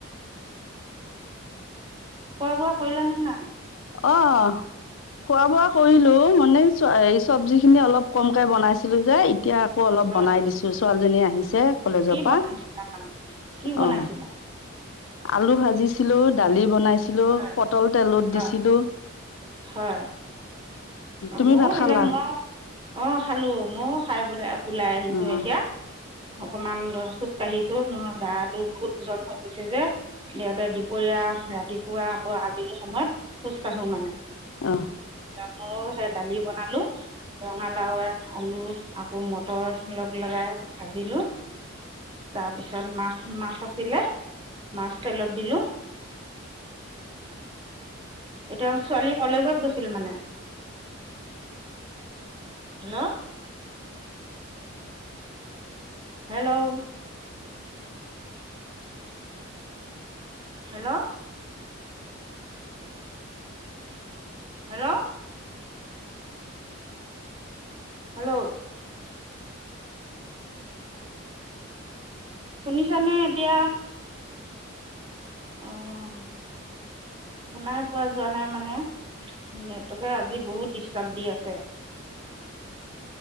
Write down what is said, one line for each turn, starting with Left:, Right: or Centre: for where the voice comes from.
Right: খোৱা, বোৱা কৰিলা নে নাই?
Left: অ', খোৱা, বোৱা কৰিলো। <unintelligible> <unintelligible> এই চব্জি খিনি অলপ কমকে বনাইছিলো যে এতিয়া আকৌ অলপ
Right: হয়,
Left: বনাই দিছো ছোৱালীজনী আহিছে কলেজৰ
Right: কি
Left: পৰা
Right: বনাইছিলা মানে? কি বনাইছিলা?
Left: অ আলু ভাজিছিলো দালি বনাইছিল ছিলো
Right: হয়,
Left: পটল তেলত দিছিলো
Right: হয়, হয়
Left: তুমি
Right: মই
Left: ভাত
Right: সেইনে
Left: খালা
Right: মই অ খালো ময়ও খাই ওলাই আহিছো
Left: অঁ
Right: এতিয়া অকমান খোজকাঢ়িছো মই গাটো বহুত ওজন হৈ গৈছে যে ইয়াতে দুপৰীয়া ৰাতি খোৱা আকৌ আবেলি সময়ত খোজ কাঢ়ো মানে
Left: আহ
Right: ময়ো সেই দালি বনালো ৰঙালাও আলু আকৌ মটৰ লগ লগাই ভাজিলো তাৰপিছত মাছ মাছ আছিলে মাছ তেলত দিলো এতিয়া ছোৱালী কলেজত গৈছিল মানে hello hello hello hello hello শুনিছানে এতিয়া অ শুনাই পোৱা যোৱা নাই মানে নেটকে আজি বহুত ডিষ্টাৰ্ব দি আছে